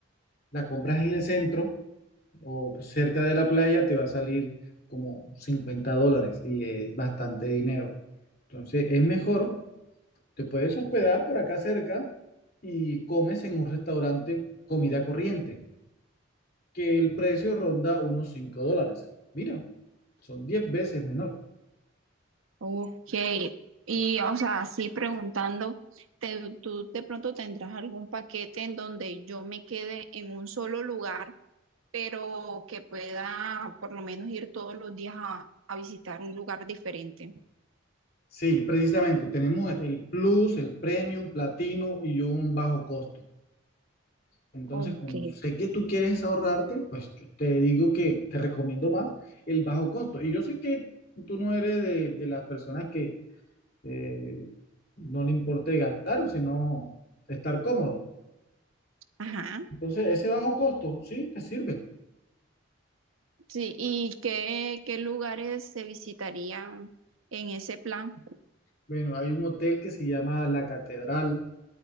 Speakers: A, on the left; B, on the right.
A: la compras en el centro o pues, cerca de la playa, te va a salir como 50 dólares y es bastante dinero. Entonces, es mejor, te puedes hospedar por acá cerca y comes en un restaurante comida corriente, que el precio ronda unos 5 dólares. Mira, son 10 veces menor.
B: Ok, y o sea, así preguntando, te- ¿tú de pronto tendrás algún paquete en donde yo me quede en un solo lugar, pero que pueda por lo menos ir todos los días a, a visitar un lugar diferente?
A: Sí, precisamente, tenemos el Plus, el Premium, Platino y un bajo costo. Entonces,
B: Ok.
A: como sé que tú quieres ahorrarte, pues yo te digo que te recomiendo más el bajo costo. Y yo sé que tú no eres de, de las personas que eh, no le importe gastar, sino estar cómodo.
B: Ajá.
A: Entonces, ese bajo costo, sí, te sirve.
B: Sí, ¿y qué, qué lugares se visitarían en ese plan?
A: Bueno, hay un hotel que se llama La Catedral,